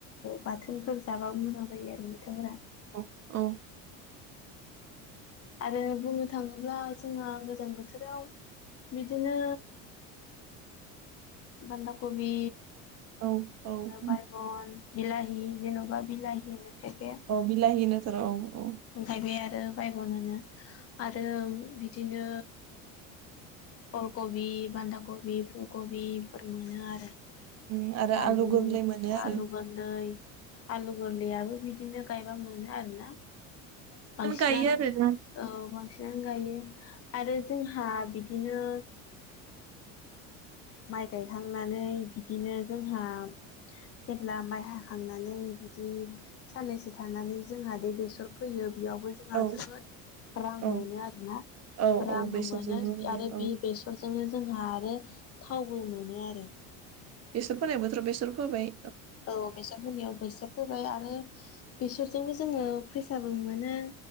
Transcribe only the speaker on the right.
औ औ
औ औ
औ बिलाहि होनो थर' औ औ
उम आरो
गोरलै मोनो आरो
गायो आरो
औ
औ
औ
औ बेसरजोंबो
औ
बेसर फोनाय बोथोराव बेसर फोबाय